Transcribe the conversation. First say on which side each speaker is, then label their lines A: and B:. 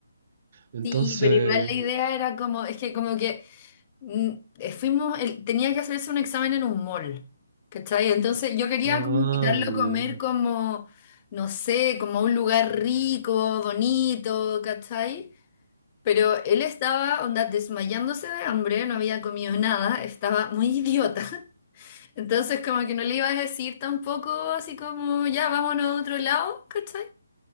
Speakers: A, on the right (about 40°); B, on the left (about 30°).
A: Entonces,
B: Sí, pero igual la idea era como, es que como que mm, eh, fuimos, el- tenía que hacerse un examen en un mall, ¿cachai? Entonces yo quería
A: ah,
B: como invitarlo
A: ya.
B: a comer como, no sé, como a un lugar rico, bonito, ¿cachai? Pero él estaba, onda, desmayándose de hambre, no había comido nada, estaba muy idiota. <laughs> Entonces como que no le iba a decir tampoco así como, ya, vámonos a otro lado, ¿cachai?